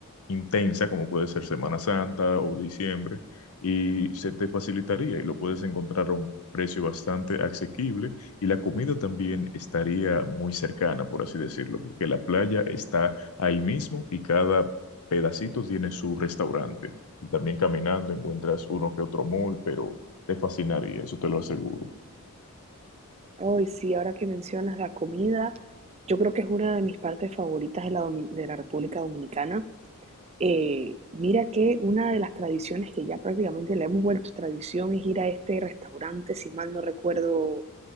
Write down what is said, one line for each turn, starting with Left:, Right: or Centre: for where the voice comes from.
Left: intensa, como puede ser Semana Santa o diciembre, y se te facilitaría y lo puedes encontrar a un precio bastante asequible y la comida también estaría muy cercana, por así decirlo, porque la playa está ahí mismo y cada pedacito tiene su restaurante. Y también caminando encuentras uno que otro mall, pero te fascinaría, eso te lo aseguro.
Right: ay sí, ahora que mencionas la comida, yo creo que es una de mis partes favoritas de la, domi- de la República Dominicana. Eh, mira que una de las tradiciones que ya prácticamente le hemos vuelto tradición es ir a este restaurante, si mal no recuerdo,